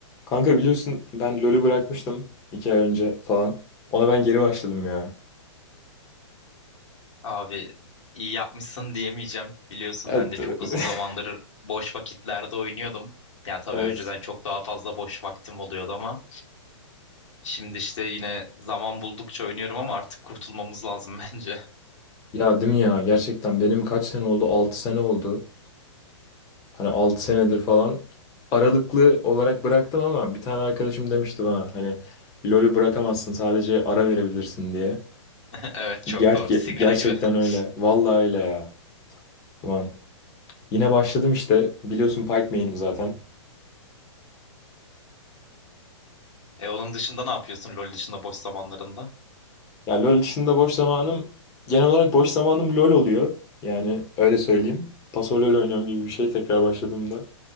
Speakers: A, on the left (about 20°); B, on the left (about 70°).
A: Kanka biliyorsun ben LoL'ü bırakmıştım iki ay önce falan. Ona ben geri başladım ya.
B: Abi iyi yapmışsın diyemeyeceğim. Biliyorsun
A: Evet.
B: ben de çok
A: <laughs>
B: uzun zamandır boş vakitlerde oynuyordum. Ya tabii
A: Evet.
B: önceden çok daha fazla boş vaktim oluyordu ama şimdi işte yine zaman buldukça oynuyorum ama artık kurtulmamız lazım bence. <laughs>
A: Ya değil mi ya? Gerçekten benim kaç sene oldu? altı sene oldu. Hani 6 senedir falan aralıklı olarak bıraktım ama bir tane arkadaşım demişti bana hani LoL'ü bırakamazsın sadece ara verebilirsin diye.
B: Evet çok
A: Ger-
B: doğru. Sigara
A: gerçekten
B: gibi. <laughs>
A: öyle. Vallahi öyle ya. Ulan. Yine başladım işte. Biliyorsun Pyke main'im zaten.
B: E onun dışında ne yapıyorsun LoL dışında boş zamanlarında?
A: Ya LoL dışında boş zamanım genel olarak boş zamanım LoL oluyor. Yani öyle söyleyeyim. Paso LoL oynuyorum gibi bir şey tekrar başladığımda.